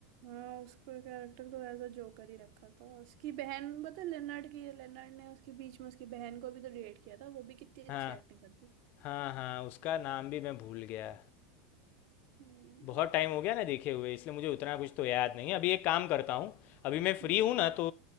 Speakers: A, on the right; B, on the left.
A: हाँ उसको कैरेक्टर को ऐसा जोकर ही रखा था उसकी बहन पता है लेनर्ड की लेनर्ड ने उसके बीच में उसकी बहन को भी तो रेट किया था वो भी कितनी
B: हाँ
A: अच्छी एक्टिंग करती है।
B: हाँ हाँ उसका नाम भी मैं भूल गया
A: हम्म
B: बहुत टाइम हो गया ना देखे हुए इसलिए मुझे उतना कुछ तो याद नहीं है अभी एक काम करता हूँ अभी मैं फ्री
A: हम्म,
B: हूँ ना तो